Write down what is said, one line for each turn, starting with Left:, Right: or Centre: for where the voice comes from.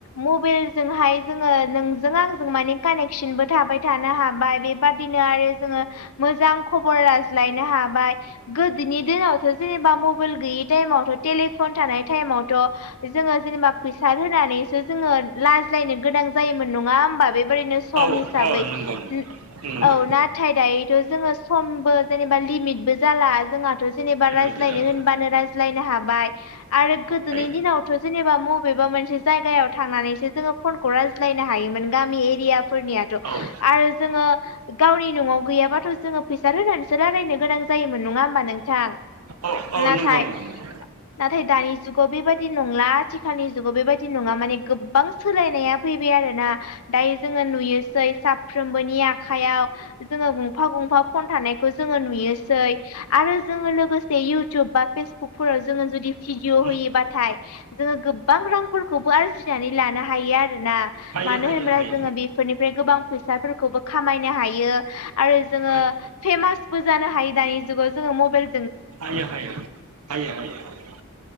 Left: मबेलजोंहाय जोङो नोंजों आंजों मानि कानेकसनबो थाबाय थानो हाबाय बेबादिनो आरो जोङो मोजां खबर लाज्लायनो हाबाय गोदोनि दिनावथ' जेनेबा मबाइल गैयै टाइमावथ' टेलिफन थानाय टाइमावथ' जोङो जेनेबा फैसा होनानैसो जोङो लाज्लायनो गोनां जायोमोन नङा होमबा बेबायदिनो सम
Right: औ
Left: हिसाबै
Right: औ नंगौ नंगौ
Left: औ
Right: नंगौ
Left: नाथाय दायोथ' जोङो समबो जेनेबा लिमितबो जाला जोंहाथ जेनेबा
Right: लिमिटबो
Left: रायज्लायनो
Right: जाबाय
Left: होनबानो राय्लायनो हाबाय आरो
Right: थाबाय
Left: गोदोनि दिनावथ जेनेबा मबेबा मोनसे जायगायाव थांनानैसो जोङो फनखौ रायज्लायनो हायोमोन गामि एरियाफोरनिया
Right: औ
Left: आरो जोङो गावनि न'आव गैयाबाथ जोङो फैसा होनानैसो रायलायनो गोनां ज जायोमोन नङा होमबा नोंथां
Right: औ औ
Left: नाथाय
Right: नंगौ नंगौ नंगौ
Left: नाथाय दानि जुगाव बेबायाददि नंला आथिखालनि जुगाव बेबायदि नङा माने गोबां सोलायनाया फैबाय आरोना दायो जोङो नुयोसै साफ्रबोनि आखायाव जोङो गंफा गंफा गंफा फन थानायखौ जोङो नुयो आरो जोङो लोगोसे इउटुब बा फेसबुकफोराव जोङो जुदि भिडिअ
Right: नंगौ
Left: होयोबाथाय जोङो गोबां रांफोरखौबो आरजिनानै लानो हायो आरोना
Right: हायो
Left: मानो
Right: हायो
Left: होनोबा
Right: हायो
Left: जोङो बेफोरनि फ्राय गोबां फैसाफोरखौबो खामायनो हायो आरो जोङो
Right: हायो
Left: फेमासबो जानो हायो दानि जुगाव जोङो माबाइल
Right: हायो हयो हायो हायो